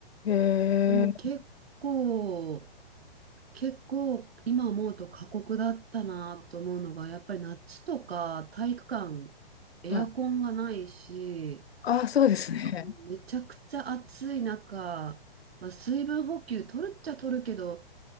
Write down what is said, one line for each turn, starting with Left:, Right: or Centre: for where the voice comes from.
Left: え
Right: でも結構、結構今思うと過酷だったなと思うのが、やっぱり夏とか体育館、エアコンがないし、
Left: ー、はい。あ、そうですね。
Right: もうめちゃくちゃ暑い中、まあ、水分補給取るっちゃ取るけど、